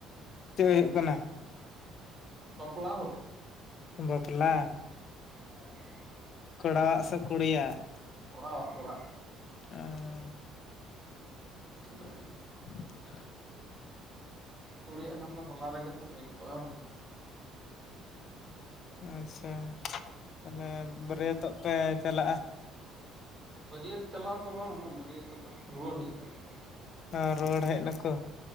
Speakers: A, on the left (about 50°); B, on the right (about 20°).
A: ᱪᱮᱫ ᱦᱩᱭᱩᱜ ᱠᱟᱱᱟ?
B: ᱵᱟᱯᱞᱟ ᱦᱚ
A: ᱵᱟᱯᱞᱟ
B: ᱦᱳᱭ ᱦᱳᱭ
A: ᱠᱚᱲᱟᱣᱟᱜ ᱥᱮ ᱠᱩᱲᱤᱭᱟᱜ?
B: ᱠᱚᱲᱟᱣᱟᱜ ᱠᱚᱲᱟᱦᱟᱜ
A: ᱟᱨ
B: ᱛᱟᱦᱚᱞᱮ
A: ᱪᱮᱫ ᱦᱚᱸ ᱵᱟᱝ ᱟᱸᱡᱚᱢᱚᱜ ᱠᱟᱱᱟ
B: ᱠᱩᱲᱤᱭᱟᱜ ᱠᱷᱟᱱ ᱫᱚ ᱦᱚᱞᱟ ᱨᱮᱜᱮ ᱛᱚ ᱦᱳᱭ ᱠᱚᱜ-ᱟ᱾
A: ᱟᱪᱪᱷᱟ ᱛᱟᱦᱞᱮ ᱵᱟᱹᱨᱭᱟᱹᱛᱚᱜ ᱯᱮ ᱪᱟᱞᱟᱜ ᱟ?
B: ᱵᱟᱹᱨᱭᱟᱹᱛ ᱪᱟᱞᱟᱣ ᱫᱚ ᱵᱟᱝ ᱚᱱᱟ ᱵᱟᱹᱨᱭᱟᱹᱛ ᱫᱚᱠᱚ ᱨᱩᱭᱟᱹᱲ ᱦᱮᱡ ᱠᱟᱱᱟ ᱠᱚ᱾
A: ᱟ ᱨᱩᱭᱟᱹᱲ ᱦᱮᱡ ᱱᱟᱠᱚ?